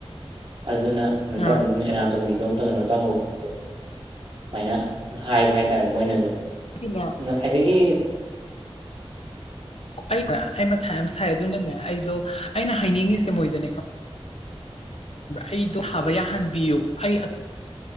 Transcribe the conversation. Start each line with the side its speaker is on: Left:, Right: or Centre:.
Right: ꯑꯗꯨꯅꯩꯅꯣ ꯇꯧ
Left: ꯑꯥ
Right: ꯑꯦꯅꯥꯇ ꯑꯗꯨꯣꯝꯇ ꯀꯩꯅꯣ ꯇꯧꯍꯧꯕꯣ ꯁꯨꯃꯥꯏꯅ ꯍꯥꯏꯕ ꯍꯥꯏꯇꯥꯔꯦ ꯃꯣꯏꯅꯁꯨ
Left: ꯑꯩꯒꯤꯅꯦ
Right: ꯁꯥꯏꯔꯤꯒꯤ
Left: ꯑꯩꯕ꯭ꯔꯥ ꯑꯩ ꯃ ꯊꯥꯏ ꯑꯃ ꯁꯥꯏ ꯑꯗꯨꯅꯅꯦ ꯑꯩꯗꯣ ꯑꯩꯅ ꯍꯥꯏꯅꯤꯡꯉꯤꯁꯦ ꯃꯣꯏꯗꯅꯦ ꯈꯪ ꯑꯩꯗꯣ ꯐꯥꯕ ꯌꯥꯍꯟꯕꯤꯌꯨ ꯑꯩ